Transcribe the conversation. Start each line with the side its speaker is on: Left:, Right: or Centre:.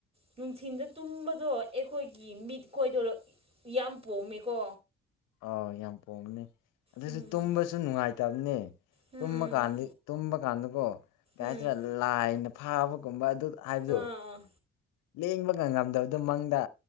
Right: ꯅꯨꯡꯊꯤꯟꯗ ꯇꯨꯝꯕꯗꯣ ꯑꯩꯈꯣꯏꯒꯤ ꯃꯤꯠ ꯈꯣꯏꯗꯣ ꯌꯥꯝ ꯄꯣꯝꯃꯤꯀꯣ
Left: ꯑ ꯌꯥꯝ ꯄꯣꯕꯅꯦ ꯑꯗꯨꯁꯨ
Right: ꯎꯝ
Left: ꯇꯨꯝꯕꯁꯨ ꯅꯨꯡꯉꯥꯏꯇꯕꯅꯦ
Right: ꯎꯝ
Left: ꯇꯨꯝꯕ ꯀꯥꯟꯗ ꯇꯨꯝꯕ ꯀꯥꯟꯗꯀꯣ ꯀꯩ
Right: ꯎꯝ
Left: ꯍꯥꯏꯇꯥꯔꯦ ꯂꯥꯏꯅ ꯐꯥꯕꯒꯨꯝꯕ ꯑꯗꯨ ꯍꯥꯏꯕꯗꯣ
Right: ꯑꯥ ꯑꯥ
Left: ꯂꯦꯡꯕꯒ ꯉꯝꯗꯕꯗꯨ ꯃꯪꯗ